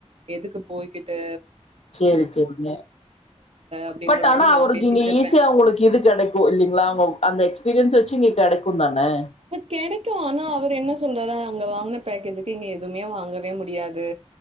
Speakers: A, on the right; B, on the left.
A: எதுக்கு போய்கிட்டு
B: செரி செரிங்க
A: அப்படின்ற
B: பட் ஆனா
A: மாரி
B: அவருக்கு
A: நான் பேசிட்டு
B: இங்க
A: இருப்பேன்.
B: ஈஸியா உங்குளுக்கு இது கெடைக்கோ இல்லீங்களா அவுங்க அந்த எக்ஸ்பீரியன்ஸ் வெச்சு இங்க கெடைக்கோ தானே
A: கெடைக்கோ ஆனா அவரு என்ன சொல்றாரா அங்க வாங்கின பேக்கேஜுக்கு இங்க எதுவுமே வாங்கவே முடியாது